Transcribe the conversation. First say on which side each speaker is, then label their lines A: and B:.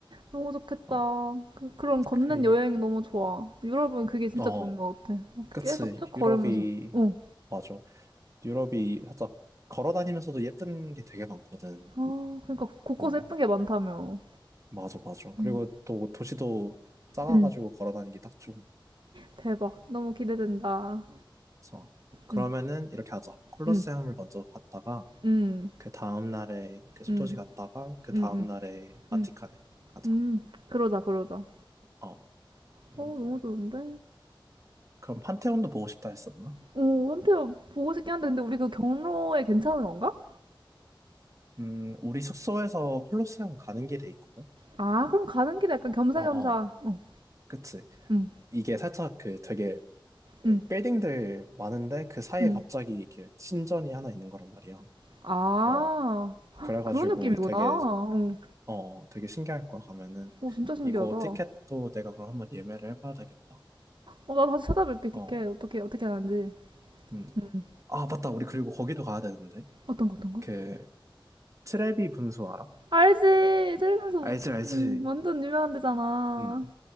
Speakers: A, on the right; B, on the right.
A: 너무 좋겠다.
B: 어
A: 그, 그런 걷는
B: 그리고
A: 여행 너무 좋아. 유럽은 그게 진짜
B: 어
A: 좋은 것 같아. 막
B: 그치
A: 계속 쭉 걸으면서.
B: 유럽이
A: 어.
B: 맞아. 유럽이 살짝 걸어 다니면서도 예쁜 게 되게 많거든.
A: 아, 그러니까 곳곳에
B: 어,
A: 예쁜 게 많다며.
B: 맞아, 맞아.
A: 응.
B: 그리고 또 도시도 작아가지고
A: 응.
B: 걸어 다니기 딱 좋아.
A: 대박. 너무 기대된다.
B: 그래서 그러면은
A: 응.
B: 이렇게 하자. 콜로세움을
A: 응.
B: 먼저 갔다가
A: 응.
B: 그 다음 날에 그 소도시
A: 응.
B: 갔다가 그 다음
A: 응. 응.
B: 날에 바티칸을
A: 응.
B: 가자.
A: 응. 그러자, 그러자. 어,
B: 어, 음,
A: 너무 좋은데?
B: 그럼 판테온도 보고 싶다 했었나?
A: 오, 한편 보고 싶긴 한데, 근데 우리 그 경로에 괜찮은 건가?
B: 음, 우리 숙소에서 콜로세움 가는 길에 있거든.
A: 아, 그럼 가는 길에 약간 겸사겸사.
B: 어, 어,
A: 어.
B: 그치.
A: 응.
B: 이게 살짝 그 되게
A: 응.
B: 빌딩들 많은데 그 사이에
A: 응.
B: 갑자기 이렇게 신전이 하나 있는 거란 말이야.
A: 아.
B: 어, 그래가지고
A: 그런 느낌이구나.
B: 되게,
A: 어.
B: 어, 되게 신기할 거야, 가면은.
A: 오, 진짜 신기하다.
B: 이거
A: 어,
B: 티켓도 내가 그럼 한번 예매를 해봐야 되겠다.
A: 나 다시 찾아볼게, 티켓.
B: 어,
A: 어떻게, 어떻게 하는지.
B: 음.
A: 음.
B: 아, 맞다. 우리 그리고 거기도 가야 되는데.
A: 어떤 거, 어떤 거?
B: 그, 트레비 분수 알아?
A: 알지! 살면서,
B: 알지,
A: 그-
B: 알지.
A: 음, 완전 유명한 데잖아.
B: 음.